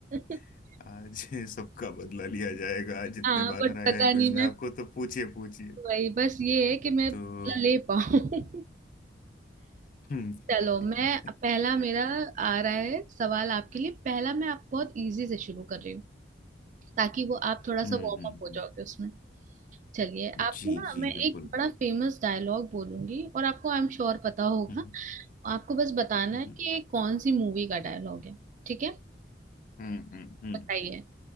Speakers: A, on the right; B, on the left.
A: <laughs>
B: <laughs> आज सबका बदला लिया जाएगा आज जितने
A: हाँ
B: बार
A: बट
B: हराया
A: पता
B: है क्विज
A: नहीं
B: में
A: मैं
B: आपको तो पूछिए पूछिए
A: वही बस ये है कि मैं
B: तो
A: बदला ले पाऊँ <laughs>
B: हम्म
A: चलो मैं
B: <laughs>
A: पहला मेरा आ रहा है सवाल आपके लिए पहला मैं आप बहुत इजी से शुरू कर रही हूँ ताकि वो आप थोड़ा सा
B: हम्म
A: वार्म
B: हम्म,
A: अप हो
B: हम्म,
A: जाओगे उसमें चलिए आपको
B: जी
A: ना
B: जी
A: मैं एक
B: बिल्कुल
A: बड़ा फेमस डायलॉग बोलूंगी और आपको आई एम श्योर पता होगा
B: हम्म
A: आपको बस बताना
B: हम्म
A: है कि ये कौन सी मूवी का डायलॉग है ठीक है
B: हम्म हम्म हम्म,
A: बताइए